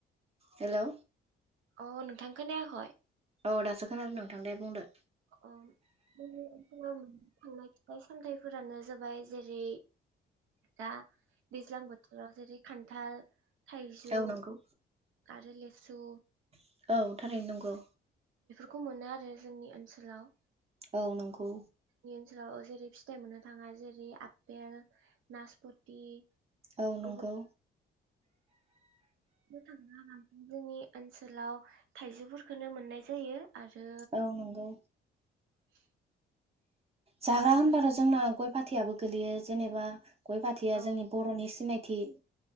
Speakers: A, on the right (about 30°); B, on the right (about 85°).
A: हेलौ।
B: अ नोंथां खोनायाखय।
A: औ दासो खोनादों नोंथां दे बुंदो।
B: अ जोंनि ओनसोलाव मोननो थांनाय फिथाइ सामथायाइफोरानो जाबाय जेरै दा दैज्लां बोथोराव जेरै खान्थाल थाइजौ
A: औ नंगौ
B: आरो ले सु
A: <inaudible> औ थारैनो नंगौ।
B: खौ मोनो आरो जोंनि ओनसोलाव।
A: औ नंगौ।
B: जोंनि ओनसोलाव जेरै फिथाइ मोननो थाङा जेरै आपेल, नासपति।
A: औ
B: गुबुननो
A: नंगौ।
B: थाङाफ्रा जोंनि ओनसोलाव थाइजौफोरखौनो मोननाय जायो। आरो
A: औ नंगौ।
B: <inaudible>
A: जाग्रा
B: उनाव
A: होनबाथ'
B: जों
A: जोंना गय फाथैयाबो गोलैयो जेनेबा गय फाथैया
B: औ
A: जोंनि बर'नि सिनाय थि